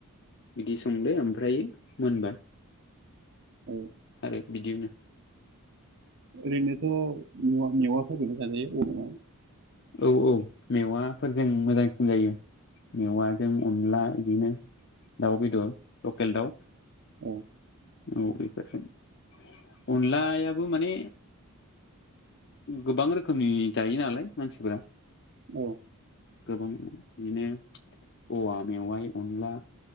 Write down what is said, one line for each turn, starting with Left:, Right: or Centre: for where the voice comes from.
Left: बिदि संदो ओमफ्राय मोनबाय।
Right: औ।
Left: आरो बिदिनो
Right: ओरैनोथ' मेवा मेवाफोरजों जाजायो <unintelligible>
Left: औ औ मेवाफोरजों मोजांसिन जायो। मेवाजों अनला बिदिनो दाउ बेदर लकेल दाउ।
Right: औ।
Left: औ बेफोरनो, अनलायाबो माने गोबां रोखोमनि जायो नालाय मानसिफोरा।
Right: औ।
Left: गोबां बिदिनो औवा मेवा अनला